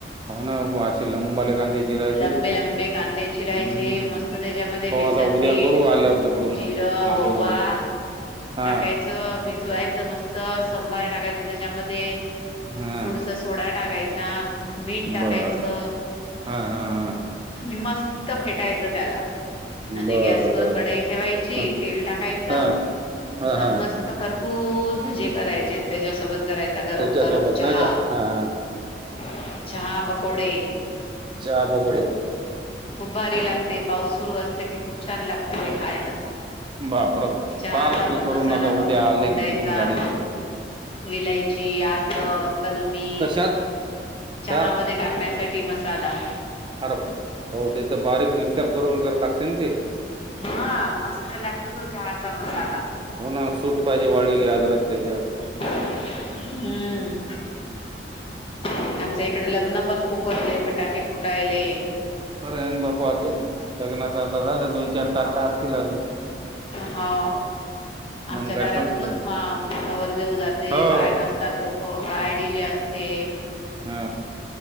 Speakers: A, on the right; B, on the left.
A: हो ना असे लंबाले कांदे चिरायचे
B: लंबे-लंबे कांदे चिरायचे
A: हम्म
B: मस्त त्याच्यामध्ये
A: पाहू
B: बेसनपीठ,
A: आता उद्या करू आल्यावर तिकडून
B: जिरं,
A: नांदेडहून
B: ववा.
A: हा
B: टाकायचं, भिजवायचं मस्त संभार टाकायचं त्याच्यामध्ये
A: हम्म.
B: च सोडा टाकायचा, मीठ टाकायचं
A: बरं हा हा हा
B: आणि मस्त फेटायचं त्याला. आणि
A: बरं
B: गॅसवर
A: बरं
B: कढई ठेवायची
A: हा
B: तेल टाकायचं
A: हा हा
B: अन
A: हा
B: मस्त खरपूरस भजे करायचे आणि त्याच्यासोबत करायचे चा गरम
A: त्याच्यासोबत
B: गरम
A: नाही
B: चहा
A: का हा हा
B: चहा पकोडे.
A: चहा पकोडे
B: खूप भारी लागते पाऊस सुरू असल की खूप छान लागते ते खायला
A: बा प्रव
B: चहाचा
A: पाल
B: पण
A: करून
B: मसाला
A: आता
B: करून
A: उद्या
B: ठेवून
A: आले
B: द्यायचा
A: किती कोण गाडी घेऊन
B: विलायची आद्रक कलमी.
A: कशात
B: चहामध्ये
A: चार
B: टाकण्यासाठी मसाला.
A: खरप हो तेथ बारीक मिक्सर करून करा लागतेन ते
B: हा मस्त लागत तो चहाचा मसाला
A: हो ना सूट पाहिजे वाळलेली आद्र क तेज्यावर
B: हम्म. आमच्या इकडे लग्न पण खूप वायले फटाके फुटायले.
A: परर अन बापू आत हो लग्नाचा आता झालं दोन चार तारखा आसतील अजून
B: हो आमच्या
A: मग काय
B: दारातूनच
A: संपलं
B: मा नवरदेव जाते
A: हो
B: काय नाचते. करतात लोक काय डी जे असते.
A: हा